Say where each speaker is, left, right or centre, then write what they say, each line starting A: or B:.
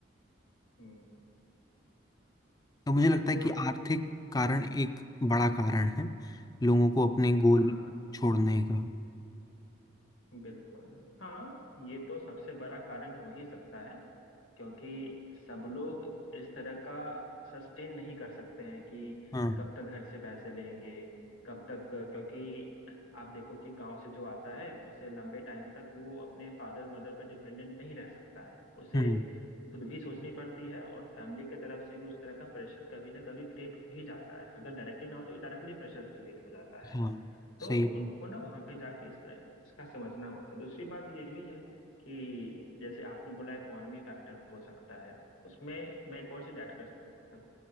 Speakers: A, on the left; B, on the left.
A: हम्म
B: तो मुझे लगता
A: तो
B: है कि आर्थिक कारण
A: ये-
B: एक बड़ा कारण है लोगों को अपने
A: हाँ
B: गोल छोड़ने का
A: बिल्कुल हाँ ये तो सबसे बड़ा कारण हो ही सकता है क्योंकि सब लोग इस तरह का सस्टेन नहीं कर सकते हैं कि
B: हाँ
A: कब तक घर से पैसे लेंगे कब तक क्योंकि आप देखो कि गांव से जो आता है उसे लंबे टाइम तक वो अपने फादर मदर पर डिपेंडेंट नहीं रह सकता है उसे
B: हम्म
A: खुद भी सोचनी पड़ती है और फैमिली के तरफ से भी उस तरह का प्रेशर कभी ना कभी क्रिएट हो ही जाता है अगर डायरेक्टली ना हो तो इनडायरेक्टली प्रेशर क्रिएट हो जाता है
B: हाँ
A: तो
B: सही है।
A: उनको ना वहां पे जाके इसका इसका समझना होता है दूसरी बात ये भी है कि जैसे आपने बोला इकोनॉमी फैक्टर हो सकता है उसमें मैं एक और चीज ऐड कर सक-